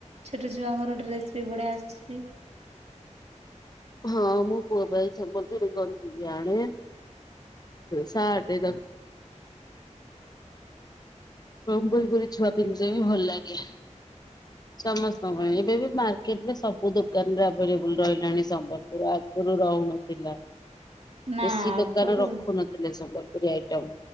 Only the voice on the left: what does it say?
ହଁ ମୁଁ ପୁଅ ପାଇ ସମ୍ବଲରେ କଣ ଯିବେ ଆଣିବେ। ସା ଟେ। ସମ୍ବଲ ପୁରି ଛୁଆ ପିନ୍ଧି ଚ ନ୍ତି ଭଲ ଲାଗେ। ସମସ୍ତଙ୍କ ପାଇଁ ଏବେ ବି ମାର୍କେଟରେ ସବୁ ଦୋକାନରେ ଆଭେଲେବୁଲ ରହିଲାଣି ସମ୍ବଲପୁର ଆ ଗରୁ ରହୁନଥିଲା
ବେଶୀ
ଦୋକାନ ରଖୁନଥିଲେ ସମ୍ବଲପୁରୀ ଆଇଟମ।